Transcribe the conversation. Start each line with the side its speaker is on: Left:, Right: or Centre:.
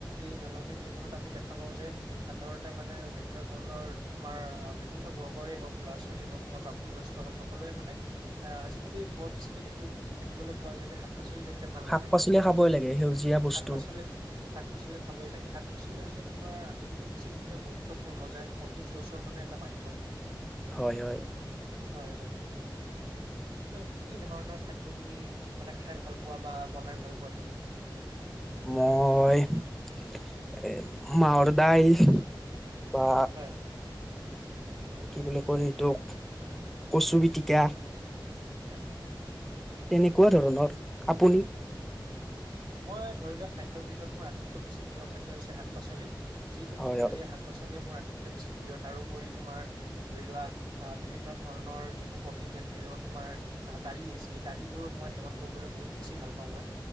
Right: এই দৈনন্দিন জীৱনত আমি দেখা পাওঁ যে সাধাৰণতে মানে বিভিন্ন ধৰণৰ তোমাৰ আহ বিভিন্ন বৰ্গৰে হওক ল'ৰা ছোৱালী হওক বা প্ৰাপ্ত বয়স্ক হওক সকলোৱে মানে আহ আজিকালি <unintelligible> বৰ বেছিকে দেখি দেখিবলৈ পোৱা যায় যে শাক পাচলি তেনেকে ভাল নাপায়
Centre: শাক পাচলি
Right: কিন্তু কথাটো
Centre: খাবই লাগে সেউজীয়া বস্তু
Right: শাক পাচলি শাক পাচলি খাবই লাগে শাক পাচলি হৈছে তোমাৰ আটাইতকৈ বেছি মানে গুৰুত্বপূৰ্ণ যে প্ৰটিন চ'ৰ্চৰ মানে এটা মাধ্যম <unintelligible>
Centre: হয় হয়
Right: হয় হয় কি কি ধৰণৰ খাদ্য তুমি মানে খাই ভাল পোৱা বা বনাই ভাল পোৱা তুমি
Centre: মই এ মাৱৰ দাইল বা
Right: হয়
Centre: কি বুলি কয় সেইটো কচু পিটিকা
Right: হয়
Centre: তেনেকুৱা ধৰণৰ আপুনি
Right: মই ধৰি লোৱা খাদ্যৰ ভিতৰত মোৰ আটাইতকৈ বেছি প্ৰিয় খাদ্য হৈছে শাক পাচলি <unintelligible> যিকোনো
Centre: হয়
Right: সেউজীয়া
Centre: হয়
Right: শাক পাচলি মোৰ আটাইতকৈ বেছি প্ৰিয় তাৰোপৰি তোমাৰ ধৰি লোৱা আহ বিভিন্ন ধৰণৰ যিবোৰ প্ৰটিন জাতীয় তোমাৰ দালি আছে এই দালিবোৰ মই সেৱন কৰিবলৈ বহুত বেছি ভাল পাওঁ মই